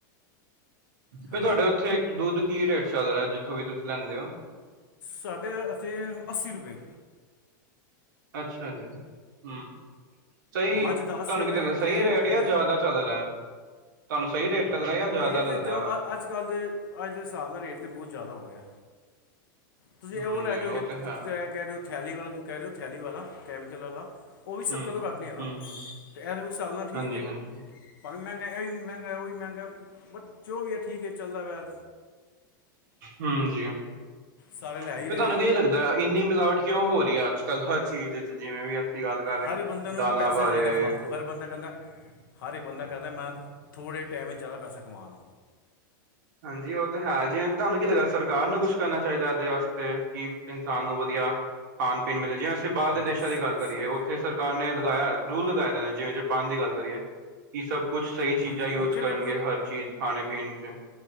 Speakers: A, on the right (about 60°); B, on the left (about 80°).
A: ਫਿਰ
B: ਹੈਲੋ
A: ਤੁਹਾਡੇ ਉੱਥੇ ਦੁੱਧ ਕੀ ਰੇਟ ਚੱਲ ਰਿਹਾ ਜਿੱਥੋਂ ਵੀ ਤੁਸੀਂ ਲੈਂਦੇ ਹੋ?
B: ਸਾਢੇ ਅਥੇ ਅੱਸੀਂ ਰੁਪਏ।
A: ਅੱਛਾ ਜੀ ਹੁੰ ਸਹੀ ਏ
B: ਮੱਝ ਦਾ
A: ਤੁਹਾਨੂੰ
B: ਰੁਪਏ
A: ਕੀ ਲੱਗਦਾ? ਸਹੀ
B: ਤੇ
A: ਰੇਟ
B: ਹਾਂਜੀ
A: ਜਾਂ ਜ਼ਿਆਦਾ ਚਲ ਰਹਿ। ਤੁਹਾਨੂੰ ਸਹੀ ਰੇਟ ਲੱਗਦਾ ਜਾਂ
B: ਰੇਟ
A: ਲੱਗਦਾ
B: ਜੋ ਅੱਜ ਕੱਲ੍ਹ ਦੇ ਅੱਜ ਦੇ ਹਿਸਾਬ ਦਾ ਰੇਟ ਤਾਂ ਬਹੁਤ ਜ਼ਿਆਦਾ ਹੋ ਗਿਆ। ਤੁਸੀਂ
A: ਹਮ
B: ਓਂ ਲੈ
A: ਜੀ
B: ਜਾਓ
A: ਉਹ
B: ਜੇ
A: ਤੇ
B: ਤੁ
A: ਹੈ
B: ਕਹਿ ਰਹੇ ਹੋ ਥੈਲੀ ਵਾਲਾ ਤੂੰ ਕਹਿ ਰਹੇ ਹੋ ਥੈਲੀ ਵਾਲਾ ਕੈਮੀਕਲ ਵਾਲਾ। ਓਂ ਵੀ
A: ਹਮ
B: ਸੱਤਰ ਤੋਂ ਘੱਟ ਨਹੀਂ ਹੈਗਾ
A: ਹਮ ਹਮ
B: ਤੇ ਐ ਉਸ ਹਿਸਾਬ ਨਾਲ ਠੀਕ
A: ਹਾਂਜੀ
B: ਹੈ।
A: ਹਾਂਜੀ
B: ਭਾਵੇਂ ਮਹਿੰਗਾ ਇਵੀ ਮਹਿੰਗਾ, ਓਵੀ ਮਹਿੰਗਾ ਪਰ ਜੋ ਵੀ ਹੈ ਠੀਕ ਏ ਚੱਲਦਾ ਵੈ।
A: ਹੁੰ ਜੀ,
B: ਸਾਰੇ ਲੈ
A: ਫ਼ੇ
B: ਹੀ ਰਹੇ
A: ਤੁਹਾਨੂੰ
B: ਨੇ
A: ਕੀ ਲੱਗਦਾ? ਤਾ ਇੰਨੀ ਮਿਲਾਵਟ ਕਿਉਂ ਹੋ ਰਹੀ ਹੈ ਅੱਜ ਕੱਲ੍ਹ ਹਰ ਚੀਜ਼ ਵਿੱਚ ਜਿਵੇਂ ਵੀ ਆ ਕੀ ਗੱਲ ਕਰ ਰਹੇ
B: ਹਰ
A: ਹਾਂ,
B: ਬੰਦੇ ਨੂੰ
A: ਦਾਲਾਂ
B: ਪੈਸਾ
A: ਬਾਰੇ।
B: ਚਾਹੀਦਾ ਹਰ ਬੰਦਾ ਕਹਿੰਦਾ ਹਰ ਇੱਕ ਬੰਦਾ ਕਹਿੰਦਾ ਮੈਂ ਥੋੜ੍ਹੇ ਟਾਈਮ ਚ ਜ਼ਿਆਦਾ ਪੈਸਾ ਕਮਾ ਲਾਂ।
A: ਹਾਂਜੀ, ਉਹ ਤਾਂ ਹੈ ਜੇ ਤੁਹਾਨੂੰ ਕੀ ਲੱਗਦਾ ਸਰਕਾਰ ਨੂੰ ਕੁਛ ਕਰਨਾ ਚਾਹੀਦਾ ਇਹਦੇ ਵਾਸਤੇ ਕਿ ਇਨਸਾਨ ਨੂੰ ਵਧੀਆ ਖਾਣ, ਪੀਣ ਮਿਲ ਜਿ ਬਾਹਰ
B: ਹਾਂਜੀ
A: ਦੇ ਦੇਸ਼ਾਂ
B: ਸਰ
A: ਦੀ ਗੱਲ ਕਰੀਏ
B: ਸਰ
A: ਉੱਥੇ ਸਰਕਾਰ ਨੇ ਲਗਾਇਆ ਰੂਲ ਲਗਾਏ ਦੇ ਨੇ ਜਿਵੇਂ ਜਪਾਨ ਦੀ ਗੱਲ ਕਰੀਏ। ਕੀ ਸਭ ਕੁਛ ਸਹੀ ਚੀਜ਼ਾਂ
B: ਹਾਂਜੀ
A: ਯੂਜ
B: ਉੱਥੇ
A: ਕਰਨਗੇ
B: ਤੇ
A: ਹਰ ਚੀਜ਼, ਖਾਣੇ-ਪੀਣ'ਚ।